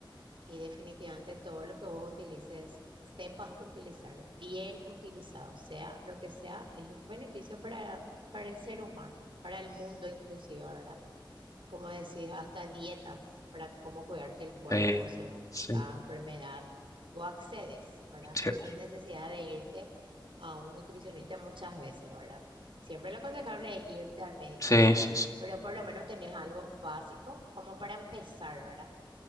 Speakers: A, on the right (about 85°); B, on the left (about 40°).
A: Y definitivamente todo lo que vos utilices, sepas utilizar, bien utilizado, sea lo que sea, es un beneficio para, para el ser humano, para el mundo inclusive, ¿verdad? Como decís, hasta dietas para cómo cuidarte el cuerpo
B: Eh,
A: según
B: sí,
A: cada enfermedad, vos accedes, ¿verdad?
B: sí,
A: Sin necesidad de irte a un nutricionista muchas veces, ¿verdad? Siempre lo aconsejable es irte al médico,
B: sí,
A: ¿verdad?
B: sí. sí.
A: Pero por lo menos tenés algo básico como para empezar, ¿verdad?